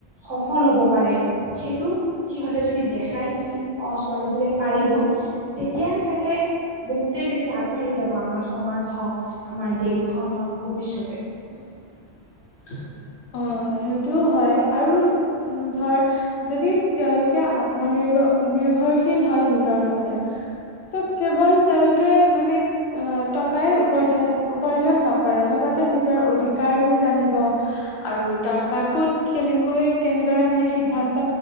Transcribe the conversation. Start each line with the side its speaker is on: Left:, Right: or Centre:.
Right: স ফল হ'ব পাৰে সেইটো সিহঁতে যদি দেখায় কি অ ছোৱালীবোৰে পাৰিব- তেতিয়া চাগে বহুতেই বেছি আগবাঢ়ি যাব আমাৰ সমাজ হওঁক আমাৰ দেশখন হওঁক ভৱিষ্যতে
Left: <unintelligible> অ সেইটো হয় আৰু উম ধৰ যদি তেওঁলোকে আত্মনিৰ্ভ নিৰ্ভৰশীল হয় নিজৰ মতে ত কেৱল তেওঁলোকে মানে টকাই উপাৰ্জন উপাৰ্জন নকৰে লগত নিজৰ অধিকাৰ বোৰ জানিব আৰু তাৰপা ক'ত কেনেকৈ কেনেদৰে মানে সিদ্ধান্ত